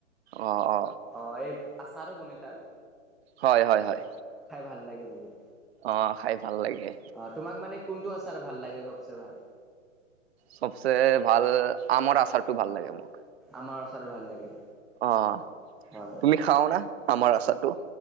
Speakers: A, on the right (about 50°); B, in the centre.
A: অ অ
B: অ', এই আচাৰো কনে তাৰ।
A: হয়। হয়। হয়।
B: খাই ভাল লাগে বহুত
A: অ', খাই ভাল লাগে।
B: অ', তোমাক মানে কোনটো আছাৰ ভাল লাগে সবচে ভাল।
A: সবচে ভাল আৰ আচাৰটো ভাল লাগে মোক।
B: আমাৰ ওচৰ ভাল লাগে।
A: অ',
B: হয়।
A: তুমি খাও ন আমাৰ আচাটো?